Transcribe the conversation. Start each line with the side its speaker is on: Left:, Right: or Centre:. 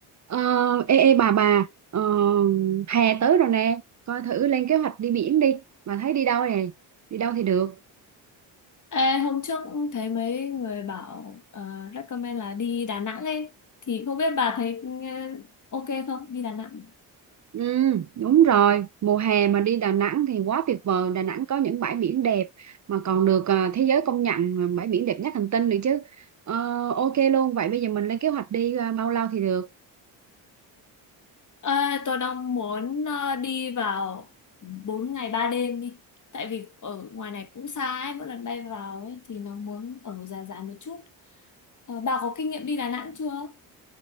Right: Ờ, ê, ê bà bà ờ, hè tới rồi nè coi thử lên kế hoạch đi biển đi bà thấy đi đâu nè đi đâu thì được
Left: Ê, hôm trước cũng thấy mấy người bảo ờ, recommend là đi Đà Nẵng ấy thì không biết bà thấy ờ, ok không đi Đà Nẵng
Right: ừ, đúng rồi mùa hè mà đi Đà Nẵng thì quá tuyệt vời Đà Nẵng có những bãi biển đẹp mà còn được à, thế giới công nhận bãi biển đẹp nhất hành tinh nữa chứ Ờ, ok luôn vậy bây giờ mình lên kế hoạch đi à, bao lâu thì được
Left: Ờ, tôi đang muốn ờ, đi vào 4 ngày 3 đêm đi tại vì ở ngoài này cũng xa ấy mỗi lần bay vào ấy thì nó muốn ở dài dài một chút Ờ, bà có kinh nghiệm đi Đà Nẵng chưa